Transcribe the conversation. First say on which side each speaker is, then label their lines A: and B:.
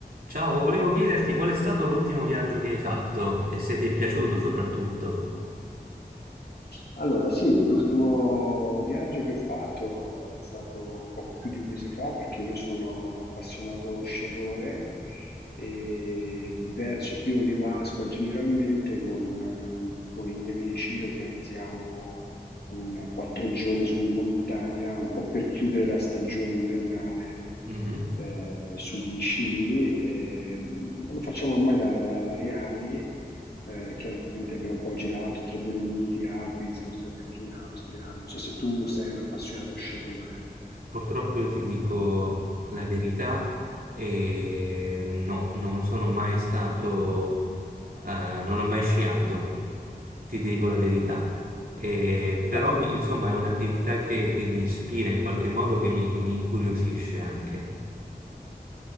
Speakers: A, on the right (about 65°); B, on the left (about 80°).
A: Ciao, volevo chiederti qual è stato l'ultimo viaggio che hai fatto e se ti è piaciuto soprattutto.
B: Allora, sì, l'ultimo viaggio che ho fatto è stato poco più di un mese fa perché io sono un appassionato sciatore e verso il periodo di Pasqua generalmente con, ehm, con i miei amici organizziamo un quattro giorni su in montagna, un po' per chiudere la stagione invernale
A: Mhm.
B: eh, sugli sci. e, mm, lo facciamo ormai da da vari anni. Eh, chiaramente abbiamo un po' girato tra Dolomiti, Alpi, siamo stati anche in Austria. Non so se tu sei un appassionato sciatore.
A: Purtroppo io ti dico la verità e no, non sono mai stato, eh, non ho mai sciato, ti dico la verità. E però,
B: <laughs>
A: mi- insomma, è un'attività che, che mi ispira in qualche modo, che mi, mi incuriosisce anche.